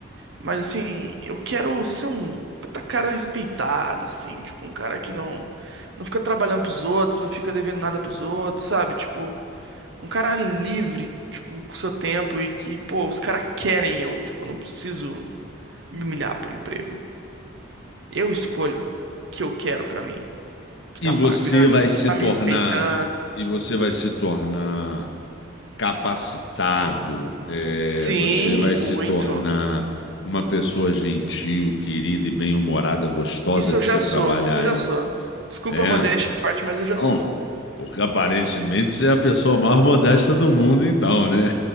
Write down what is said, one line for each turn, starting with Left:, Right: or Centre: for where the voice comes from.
Right: Mas assim, eu quero ser um puta cara respeitado, assim, tipo, um cara que não, não fica trabalhando pros outros, não fica devendo nada pros outros, sabe? Tipo, um cara livre, tipo, com seu tempo e que, pô, os caras querem eu, tipo, eu não preciso me humilhar por emprego. Eu escolho o que eu quero pra mim, o que
Left: E
Right: tá
Left: você
Right: pagando,
Left: vai
Right: o
Left: se
Right: que tá
Left: tornar,
Right: me respeitando.
Left: e você vai se tornar capacitado, é,
Right: Sim,
Left: você vai se
Right: muito.
Left: tornar uma pessoa gentil, querida e bem-humorada, gostosa
Right: Isso
Left: de
Right: eu já
Left: se trabalhar
Right: sou, isso eu já
Left: aí.
Right: sou. Desculpa
Left: É,
Right: a modéstia à parte, mas eu já
Left: bom,
Right: sou.
Left: porque aparentemente você é a pessoa mais modesta do mundo, então, né?